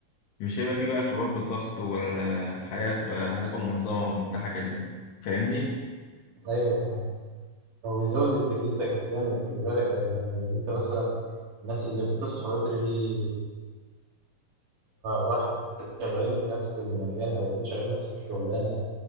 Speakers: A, on the left; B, on the right.
A: مش هيبقى فيه بقى شعور بالضغط والحياة تبقى هتبقى منظمة ومرتاحة جدا فاهمني
B: ايوه فاهم. هو بيزود انتاجيتك جامد خلي بالك يعني يعني انت مثلا الناس اللي بتصحى بدري يعني واحد شغالين في نفس المكان او اتنين شغالين نفس الشغلانه